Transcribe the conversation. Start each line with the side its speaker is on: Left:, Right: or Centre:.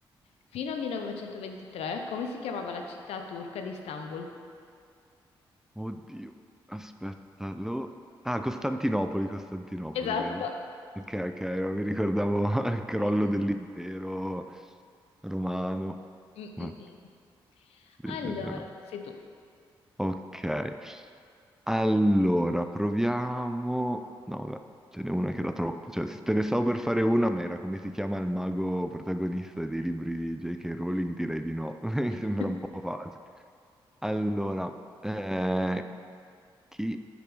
Left: fino al 1923, come si chiamava la città turca di Istanbul?
Centre: Oddio, aspetta, lo... Ah, Costantinopoli, Costantinopoli,
Left: Esatto.
Centre: vero? Ok, ok, non mi ricordavo <laughs> il crollo
Left: Mm, mm,
Centre: dell'impero romano.
Left: mm,
Centre: Ma-
Left: mm, mm.
Centre: sì,
Left: Allora,
Centre: sì, sì, no.
Left: sei tu.
Centre: Ok, allora proviamo... No, vabbè, ce n'è una che era troppo. Cioè, se te ne stavo per fare una, ma era come si chiama il mago protagonista dei libri di J.K. Rowling? Direi di no, <laughs> mi
Left: <laughs>
Centre: sembra un po' facile. Allora, eh, chi-